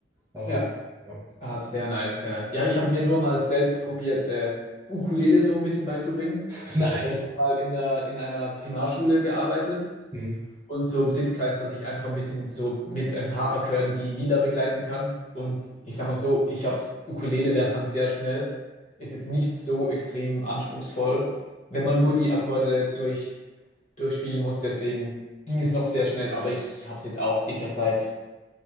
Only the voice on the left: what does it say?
Ja,
ah, sehr nice, sehr nice. Ja, ich habe mir nur mal selbst probiert, äh, Ukulele so ein bisschen beizubringen.
Weil Ich habe mal in einer, in einer Primarschule gearbeitet
Und so im Sitzkreis, dass ich einfach ein bisschen so mit ein paar Akkorden die Lieder begleiten kann. Und ich sag mal so, ich hab's, Ukulele lernt man sehr schnell, ist jetzt nicht so extrem anspruchsvoll, wenn man nur die Akkorde durch, durchspielen muss. Deswegen ging es noch sehr schnell, aber ich hab's jetzt auch sicher seit